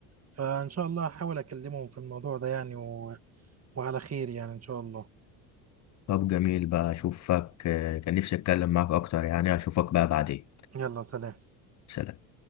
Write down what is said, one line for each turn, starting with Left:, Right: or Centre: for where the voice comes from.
Right: فان شاء الله هحاول اكلمهم في الموضوع ده يعني و... وعلى خير يعني ان شاء الله
Left: طب جميل بقى أشوفك آه، كان نفسي أتكلم معاك أكتر يعني أشوفك بقى بعدين
Right: يلا سلام
Left: سلام